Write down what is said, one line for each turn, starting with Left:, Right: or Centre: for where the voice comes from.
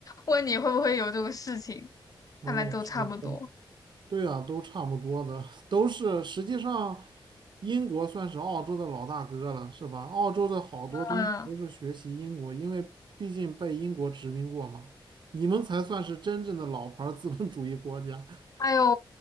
Left: 问你会不会有这个事情，
Right: 哦，
Left: 看来都差不多。
Right: 是的，对啊，都差不多的，都是实际上，英国算是澳洲的老大哥了，是吧？澳洲的好多东西都是学习英国，
Left: 嗯，
Right: 因为毕竟被英国殖民过嘛。你们才算是真正的老牌儿资本主义国家。<laughs>
Left: 哎呦，